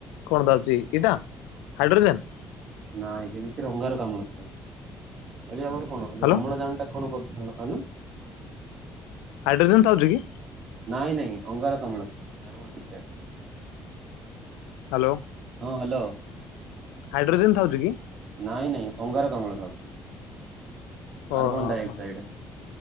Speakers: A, on the left; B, on the right.
A: କଣ ଧାଉଛି ଏଇଟା ହାଇଡ୍ରୋଜେନ
B: ନାଇଁ ସେ ଭିତରେ ଅଙ୍ଗାର କାମଳ ଥାଏ ଏବେ ଆମର କଣ
A: ହ୍ୟାଲୋ
B: ଯୋଉ ଅମ୍ଳଜାନ ଟା କଣ କରୁଛ ହଁ ଆନୁ
A: ହାଇଡ୍ରୋଜନ ଥାଉଛ କି।
B: ନାଇଁ ନାଇଁ ଅଙ୍ଗାରକାମ୍ଳ୍ କାର୍ବନ ଡାଇକ୍ସାଇଡ।
A: ହ୍ୟାଲୋ।
B: ହଁ ହ୍ୟାଲୋ।
A: ହାଇଡ୍ରୋଜେନ ଥାଉଛି କି।
B: ନାଇଁ ନାଇଁ ଅଙ୍ଗାର କାମଳ ଖାଉଛି କାର୍ବନ
A: ଓହୋ
B: ଡାଇଅକ୍ସାଇଡ।
A: ହୋ